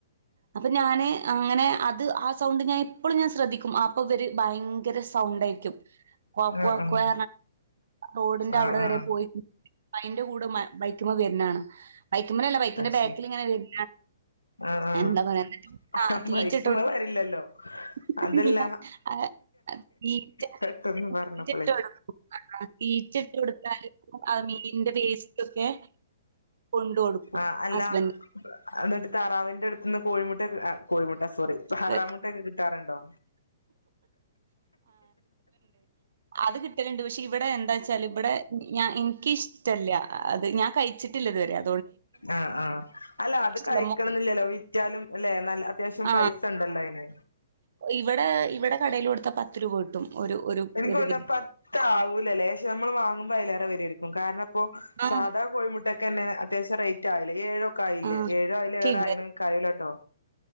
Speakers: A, on the right; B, on the left.
A: അപ്പൊ ഞാന് അങ്ങനെ അത് ആ സൗണ്ട് ഞാൻ എപ്പോഴും ഞാൻ ശ്രദ്ധിക്കും അപ്പൊ വര് ഭയങ്കര സൗണ്ടായിരിക്കും ക്വാ
B: ആഹ്
A: ക്വാ റോഡിന്റെ
B: ആഹ് ആഹ്
A: അവിടെ
B: ആഹ്
A: വരെ പോയി മയിന്റെ കൂടെ മ ബൈക്കുമേ വര്ണകാ ണാ ബൈക്ക്മലല്ല ബൈക്കിന്റെ
B: അത്
A: ബാക്കിലിങ്ങനെ
B: ശരി
A: വര്
B: ആഹ്
A: എന്താ പറയ <unintelligible>
B: ആഹ്
A: തീറ്റട്ട്
B: ബൈക്ക്മ്മെ വരില്ലല്ലോ
A: കൊടുത്ത <unintelligible>
B: അതല്ല പെട്ടെന്ന് പറഞ്ഞപ്പളെ
A: ക്കോക്കെ കൊണ്ട് കൊടുക്കും
B: ആഹ് അല്ല
A: ഹസ്ബൻഡ്
B: എന്നിട്ട് താറാവിന്റെടുത്തുന്ന് കോഴിമുട്ട കോഴിമുട്ട
A: <inaudible>
B: സോറി താറാമുട്ടൊക്കെ കിട്ടാറുണ്ടോ
A: അത് കിട്ടലുണ്ട് പഷേ ഇവിടെ എന്താച്ചാല് ഇവിടെ ഞ എനിക്കിഷ്ട്ടല്ല അത് ഞാൻ കഴിച്ചിട്ടില്ല ഇതുവരെ അ
B: ആ ആ അല്ല അത്
A: ഇഷ്ടല്ല.
B: കഴിക്കണന്നില്ലല്ലോ വിറ്റാലും അല്ലെ നല്ല അത്യാവശ്യം
A: ആ
B: പൈസ ഉണ്ടല്ലോ അയിന്
A: ഇവിടെ ഇവിടെ കടെല് കൊടുത്ത പത്ത് രൂപ കിട്ടും ഒരു ഒരു
B: എനിക്ക്
A: ഒരിതിന്.
B: <unintelligible> പത്താവൂലല്ലേ ക്ഷെ മ്മള് വാ മ്പയ്‌ലേറെ വെരരിക്കും കാരണം പ്പൊ
A: ആഹ്.
B: സാധാ കോഴിമുട്ട ക്കെതന്നെ ഇപ്പൊ അത്യാവശ്യ റേറ്റ് <unintelligible> ഏഴോ ആയില്ലേ
A: ആ
B: അയിലേറെ
A: <unintelligible>
B: ആയിണോ ഇൻക്കറിയൂലട്ടോ